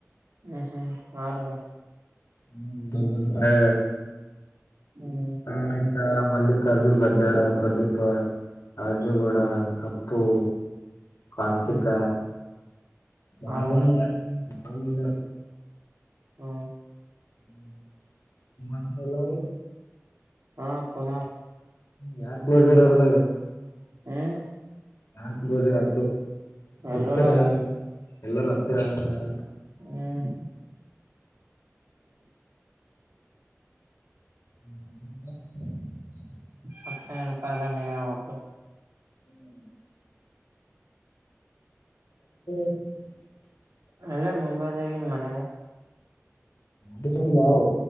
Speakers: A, on the right; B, on the left.
A: ಹ್ಮ್ ಹ್ಮ್ ಆರಲ್ಲ
B: ಹ್ಮ್ ಭಗವಂತ ರಾಯ
A: ಹ್ಮ್
B: ಪನಿತ ಮಲ್ಲಿಕಾರ್ಜುನ್ ಗದ್ದಡ ಪ್ರದೀಪ ಅರ್ಜುಗೌಡ ಉಪ್ಪು ಕಾರ್ತಿಕ
A: ಹ್ಮ್
B: ಬಲ್ವಣ್ಣ
A: ಆರ
B: ಆಮಂದಿರ
A: ಹ್ಮ
B: ಹ್ಮ ಮಾತ್ರಳ್ಳವರು
A: ಹಾ ಕುನ
B: ಯಾರ್ ಕ್ಲೋಸ್ ಇರ್ರದಾಗ
A: ಹ್ಮ್
B: ಯಾರ್ ಬೋಜಾರ ಆಕ್ು ಹತ್ತಿರ
A: ಎಲ್ಲರ
B: ಯಾರ ಎಲ್ಲಾರ ಹತ್ತಿರ ಯಾರ ಯಾರ
A: ಹ್ಮ್
B: ಹ್ಮ್
A: ಮತ್ತೆ ಹಳ್ಂತ ಎಲ್ಲ ನೀವ ಆಾಗತ್ತು
B: ಹ <inaudible>
A: ಅಲ್ಲೇ ಮುಂಬೈದ ನ್ ಮನ್ಗ
B: ವ